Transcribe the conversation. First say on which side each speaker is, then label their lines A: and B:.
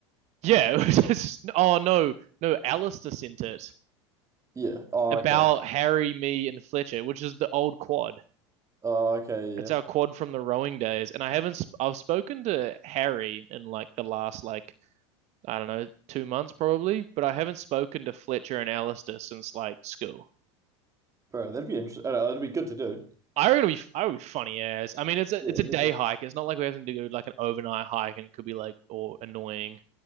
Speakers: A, on the right (about 50°); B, on the right (about 20°).
A: yeah. <laughs> It was just, oh no, no, Alistair sent it
B: Yeah. Oh,
A: about
B: okay.
A: Harry, me, and Fletcher, which is the old quad.
B: Oh, okay.
A: It's
B: Yeah,
A: our quad from the rowing days, and I haven't. Sp- I've spoken to Harry in like the last like I don't know two months probably, but I haven't spoken to Fletcher and Alistair since like school.
B: bro, that'd be interesting. That'd be good to do.
A: I reckon it'd be I would be funny as. I mean, it's a
B: Yeah,
A: it's
B: it'd
A: a day
B: be good.
A: hike. It's not like we have to do like an overnight hike and could be like or annoying.